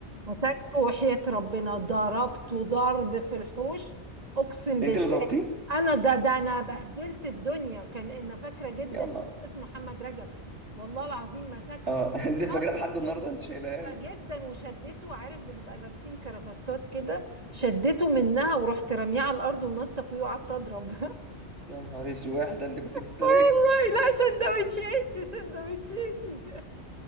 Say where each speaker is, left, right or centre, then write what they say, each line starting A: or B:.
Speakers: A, on the right; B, on the right.
A: مسكته وحياة ربنا ضربته ضرب في الحوش اقسم
B: انت
A: بالله
B: اللي ضربتيه
A: انا ده ده انا بهدلت الدنيا كان انا فاكره جدا
B: يا نهار
A: اسمه محمد رجب والله العظيم مسكته
B: اه <laughs> انت فاكره
A: خبطه
B: لحد النهارده انت شايلها
A: ده
B: له
A: جدا وشدته عارف بنبقى لابسين كرافتات كده شدته منها ورحت رميه على الارض ونطه فيه وقعدت اضرب
B: يا نهار اسود ده انت كنت
A: <laughs>
B: مفتريه
A: والله لا سندوتشاتي سندوتشاتي